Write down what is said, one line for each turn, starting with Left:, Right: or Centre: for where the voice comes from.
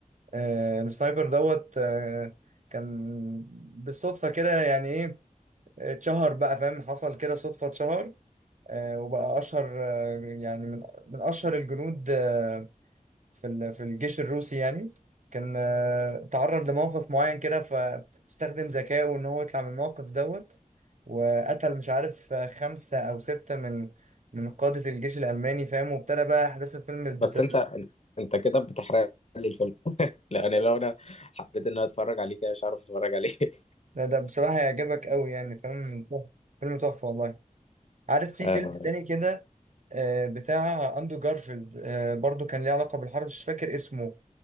Right: آه، السنايبر دوت آه، كان بالصدفة كده يعني ايه اتشهر بقى فاهم حصل كده صدفة اتشهر آه، وبقى أشهر آه، يعني من من أشهر الجنود آه، في ال- في الجيش الروسي يعني كان آه، تعرض لموقف معين كده فاستخدم ذكائه ان هو يطلع من الموقف دوت وقتل مش عارف آه، خمسة او ستة من من قادة الجيش الألماني فاهم وابتدى بقى أحداث الفيلم بت...
Left: بس انت انت كده بتحرق لي الفيلم <laughs> لان لو انا حبيت ان انا اتفرج عليه كده مش عارف اتفرج عليه <laughs>
Right: ده ده بصراحة هيعجبك أوي يعني فاهم فيلم تحفة والله عارف في
Left: آه،
Right: فيلم تاني كده آه، بتاع أندرو جارفيلد آه، برضو كان ليه علاقة بالحرب مش فاكر اسمه